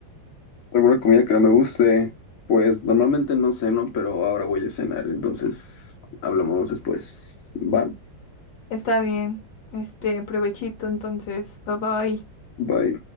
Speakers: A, on the left (about 50°); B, on the left (about 70°).
A: ¿Alguna comida que no me guste? Pues normalmente no ceno, pero ahora voy a cenar, entonces hablamos después. Va,
B: Está bien. Este, provechito, entonces. Bye bye.
A: bye.